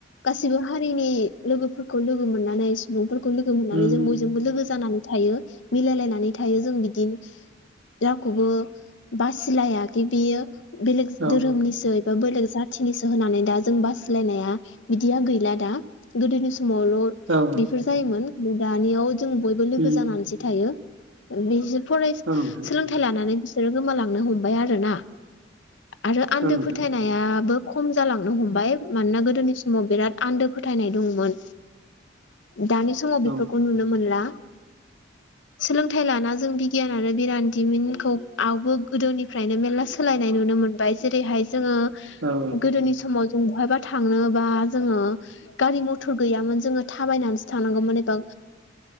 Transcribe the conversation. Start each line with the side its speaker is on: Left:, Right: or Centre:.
Left: गासिबो हारिनि लोगोफोरखौ लोगो मोननानै सुबुंफोर खौलोगो मोननानै
Right: उम
Left: जों बयजोंबो लोगो जानानै थायो मिलायलायनानै थायो जों बिदिनो रावखौबो बासिलायादि बियो बेलेग
Right: औ
Left: धोरोमनिसो बा बेलेग जाथिनिसो होनानै दा जों बासिलायनाया बिदिया गैला दा गोदोनि सम समावल
Right: औ
Left: बेफोर जायोमोन दानियाव जों बयबो लोगो
Right: उम
Left: जानानैसो थायो बिसोर फराय
Right: औ नोंथां
Left: सोलोंथाइ लानानै बिसोरो गोमालांनो हमबाय आरोना आरो आन्दो
Right: औ नोंथां
Left: फोथायनायाबो खम जालांनो हमबाय मानोना गोदोनि समाव बिराद आन्दो फोथायनाय दंमोन दानि समाव बेफोरखौ
Right: औ
Left: नुनो मोनला सोलोंथाइ लाना जों बिगियान आरो बिरान्दिमिनखौ आवबो गोदोनिफ्रायनो मेरला सोलायनाय नुनो नुनो मोनबाय जेरैहाय जोङो
Right: औ
Left: गोदोनि समाव जों बहायबा थांनो बा जोङो गारि मथर गैयामोन जोङो थाबायनानैसो थांनांगौमोन एबां